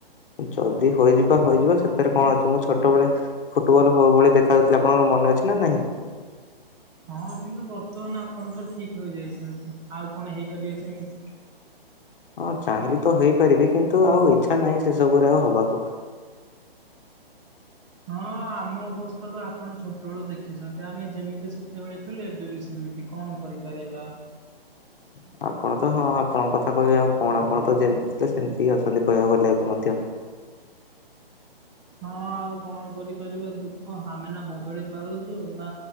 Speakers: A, on the left; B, on the right.
A: ଯଦି ହୋଇଯିବା ହୋଇଯିବା ସେଥିରେ କଣ ଅଛି। ମୁଁ ଛୋଟ ବେଳେ ଫୁଟବଲ ହୋ ଭଳି ଦେଖା ଯାଉଥିଲେ ଆପଣଙ୍କର ମନେ ଅଛି ନା ନାହିଁ।
B: ହଁ କିନ୍ତୁ ବର୍ତ୍ତମାନ ଆପଣ ତ ଠିକ ହୋଇଯାଇଛନ୍ତି ଆଉ କଣ ହୋଇପାରିବେ ସେମିତି।
A: ହଁ ଚାହିଁଲେ ତ ହେଇପାରିବି କିନ୍ତୁ ଆଉ ଇଛା ନାହିଁ ସେ ସବୁରେ ଆଉ ହବାକୁ।
B: ହଁ ଆମ ଅବସ୍ଥା ତ ଆପଣ ଛୋଟବେଳୁ ଦେଖିଛନ୍ତି ଆମେ ଯେମିତି ସେତେବେଳେ ଥିଲୁ ଏବେ ବି ସେମିତି। ଏମିତି କଣ କରିପାରିବା।
A: <inaudible> ଆପଣ ତ ହଁ ଆପଣଙ୍କ କଥା କହିବେ ଆଉ କଣ ଆପଣ ତ ଯେମିତି ଥିଲେ ସେମିତି ହିଁ ଅଛନ୍ତି କହିବାକୁ ଗଲେ ଏବେ ମଧ୍ୟ। <inaudible>
B: ହଁ ଆଉ କଣ କରିପାରିବା ଦୁଃଖ ଆମେ ନା ବଦଳି ପାରୁଚୁ ନା